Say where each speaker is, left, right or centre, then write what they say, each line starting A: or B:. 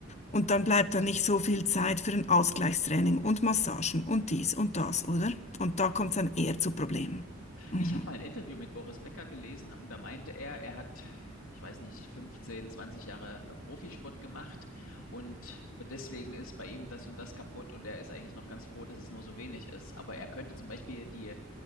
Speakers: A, on the left (about 35°); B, on the left (about 80°).
A: Und dann bleibt dann nicht so viel Zeit für ein Ausgleichstraining und Massagen und dies und das, oder? Und da
B: oh.
A: kommt es dann eher zu Problemen. Mhm.
B: Ich habe mal ein Interview mit Boris Becker gelesen und da meinte er, er hat, ich weiß nicht, 15, 20 Jahre äh, Profisport gemacht und deswegen ist bei ihm das und das kaputt und er ist eigentlich noch ganz froh, dass es nur so wenig ist. Aber er könnte zum Beispiel die,